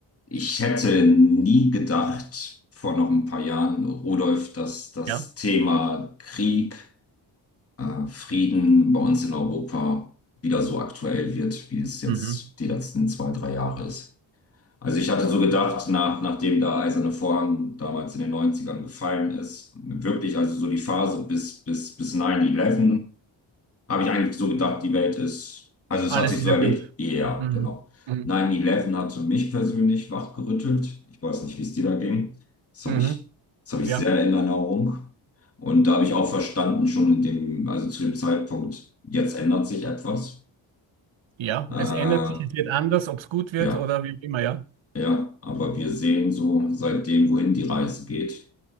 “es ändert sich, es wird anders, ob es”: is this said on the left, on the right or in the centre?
Right